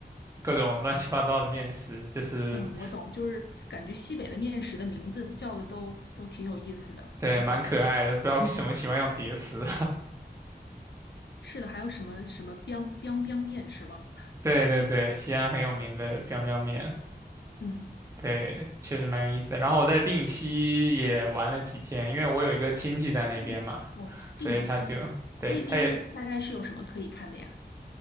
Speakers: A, on the right; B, on the left.
A: 各种乱七八糟的面食，就是
B: 嗯，我懂，就是感觉西北的面食的名字叫的都都挺有意思的。
A: 对，
B: 嗯，
A: 蛮可爱的，不知道为什么喜欢用叠词。
B: 是的，还有什么什么 biang biang biang 面是吗？
A: <laughs> 对对对，西安很有名的 biang biang 面，
B: 嗯，
A: 对，确实蛮有意思的。然后我在定西也玩了几天，因为我有一个亲戚在那边嘛，
B: 嗯，哦，
A: 所以他就，
B: 定西那边大概是有什么可以看的呀？
A: 对，他也